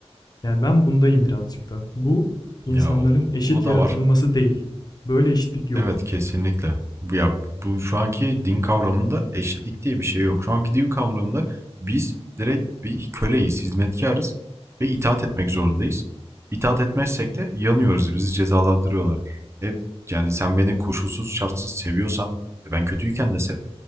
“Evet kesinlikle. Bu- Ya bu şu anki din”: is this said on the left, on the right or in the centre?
Right